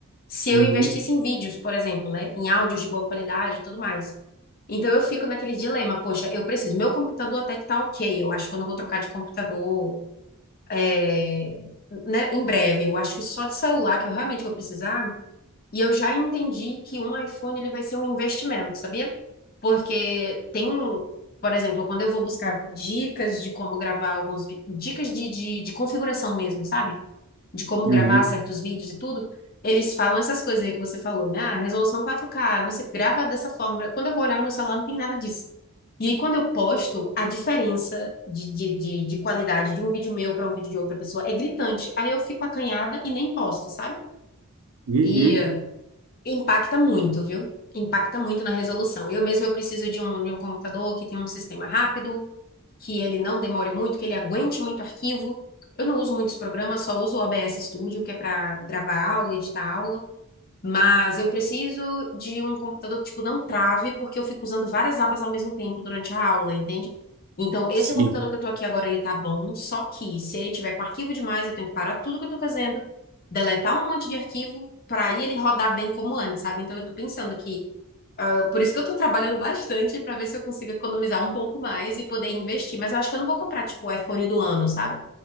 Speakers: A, on the left (about 45°); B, on the right (about 70°).
A: se eu
B: Uhum.
A: investisse em vídeos, por exemplo, né? Em áudios de boa qualidade e tudo mais. Então eu fico naquele dilema, poxa, eu preciso, meu computador até que tá ok, eu acho que eu não vou trocar de computador, é, né, em breve. Eu acho que só de celular que eu realmente vou precisar. E eu já entendi que um iPhone ele vai ser um investimento, sabia? Porque tem, por exemplo, quando eu vou buscar dicas de como gravar alguns, vi- dicas de, de, de configuração mesmo, sabe? de como
B: Uhum.
A: gravar certos vídeos e tudo, eles falam essas coisas aí que você falou, né? Ah, resolução 4K, você grava dessa forma. Quando eu vou olhar no meu celular, não tem nada disso. E aí, quando eu posto, a diferença de, de, de, de qualidade de um vídeo meu para um vídeo de outra pessoa é gritante. Aí eu fico acanhada e nem posto, sabe?
B: Uhum.
A: E eh, impacta muito, viu? Impacta muito na resolução. Eu mesmo eu preciso de um, de um computador que tem um sistema rápido, que ele não demore muito, que ele aguente muito arquivo. Eu não uso muitos programas, só uso o OBS Studio, que é para gravar aula, editar aula. Mas eu preciso de um computador que, tipo, não trave, porque eu fico usando várias abas ao mesmo tempo durante a aula, entende? Então, esse
B: Sim.
A: computador que eu tô aqui agora, ele tá bom, só que se ele tiver com arquivo demais, eu tenho que parar tudo que eu tô fazendo, deletar um monte de arquivo, para aí ele rodar bem como antes, sabe? Então, eu tô pensando que ah, Por isso que eu tô trabalhando bastante pra ver se eu consigo economizar um pouco mais e poder investir. Mas eu acho que eu não vou comprar, tipo, o iPhone do ano, sabe?